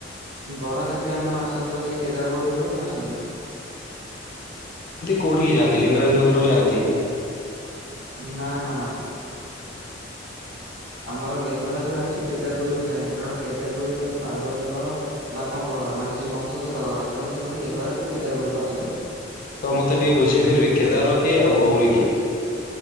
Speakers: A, on the right (about 50°); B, on the left (about 50°).
A: ବରଯାତ୍ରୀ ଆମର ଆସନ୍ତି ବା ସେଇ କେଦାରଗୌରିରୁ ହିଁ ଆସନ୍ତି।
B: କୋଉଠି କି ଯାଆନ୍ତି ଲିଙ୍ଗରାଜ ମନ୍ଦିରକୁ ଯାଆନ୍ତି।
A: ନା ନା। ଆମର ଲିଙ୍ଗରାଜରୁ ଆସି କେଦଗୋରୀକୁ ଯାଆନ୍ତି କାରଣ କେଦାରଗୌରୀ ହଉଛି ପାର୍ବତୀଙ୍କର ବାପାଙ୍କ ଘର ମାନେ ଶିବଙ୍କ ଶ୍ୱଶୁର ଘର ତେଣୁ ସେମାନେ ଲିଙ୍ଗରାଜରୁ କେଦାରଗୌରୀକୁ ଆସନ୍ତି
B: ତ ମୋତେ ଟିକେ ବୁଝେଇ ପାରିବେ କେଦାର କିଏ ଆଉ ଗୌରୀ କିଏ?